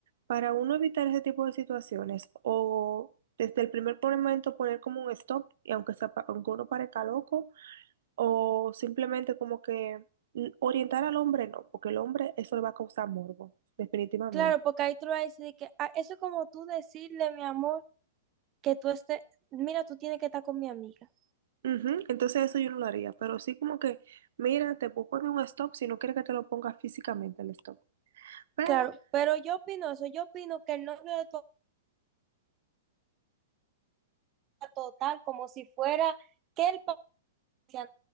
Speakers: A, on the right; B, on the right.
A: para uno evitar ese tipo de situaciones o desde el primer momento poner como un stop, y aunque, sea, pa- aunque uno parezca loco, o simplemente como que mm, orientar al hombre, no, porque el hombre eso le va a causar morbo, definitivamente.
B: Claro, porque ahí tú le vas a decir que "Ah, eso es como tú decirle, mi amor, que tú estés, mira, tú tienes que estar con mi amiga.
A: Ujú, Entonces eso yo no lo haría, pero sí como que, mira, te puedo poner un stop si no quieres que te lo ponga físicamente el stop. Pero
B: Claro, pero yo opino eso, yo opino que el novio de tu total, como si fuera que el país se